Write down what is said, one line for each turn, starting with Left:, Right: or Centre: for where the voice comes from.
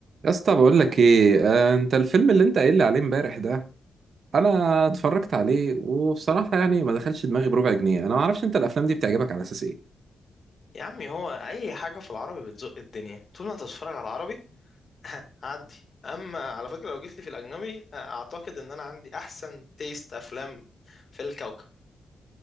Right: يا اسطى بقول لك ايه آه انت الفيلم اللي انت قايل لي عليه امبارح ده انا اتفرجت عليه وبصراحه يعني ما دخلش دماغي بربع جنيه انا ما اعرفش انت الافلام دي بتعجبك على اساس ايه
Left: يا عمي هو اي حاجه في العربي بتزق الدنيا طول ما انت بتتفرج على العربي <laughs> هعدي اما على فكره لو جيت لي في الاجنبي اعتقد ان انا عندي احسن تيست افلام في الكوكب